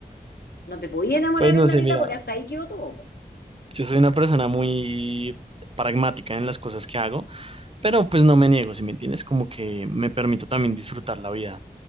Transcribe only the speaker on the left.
No te podías enamorar
en la
mitad
porque hasta ahí quedó todo. po.